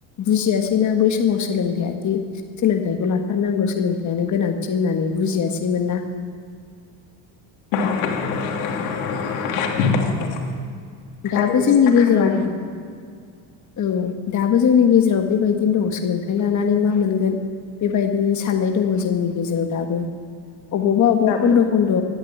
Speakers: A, on the left (about 40°); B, on the left (about 80°).
A: बुजियासैना बै समाव सोलोंथाय आदि। सोलोंथाइखौ लाथारनांगौ सोलोंथाइयानो गोनांथि होननानै बुजियासैमोन ना।
B: <inaudible> खालि
A: दाबो
B: बिसिना
A: जोंनि गेजेराव
B: खामानि
A: औ दाबो जोंनि गेजेराव बे बायदिनो दं सोलोंथाइ लानानै मा मोनगोन। बेबायदि साननाय दङ जोंनि गेजेराव दाबो अबावबा अबावबा
B: दाबो
A: खन्द खन्द